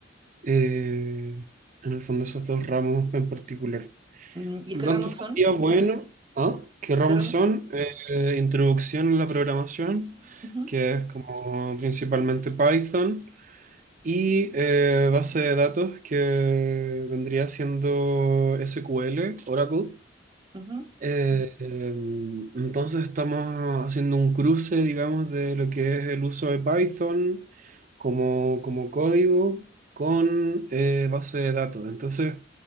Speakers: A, on the right; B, on the right.
A: eh, en el fondo esos dos ramos en particular.
B: Mm, ¿Y
A: Por
B: qué
A: lo tanto,
B: ramos
A: fue
B: son?
A: un día bueno. ¿Ah? ¿Qué
B: ¿Y
A: ramos
B: qué ramos?
A: son? Eh, introducción a la programación,
B: Ujú,
A: que es como principalmente Python. Y eh, base de datos que vendría siendo SQL, Oracle.
B: ujú.
A: Eh, em, entonces estamos haciendo un cruce, digamos, de lo que es el uso de Python como, como código con eh, base de datos. Entonces,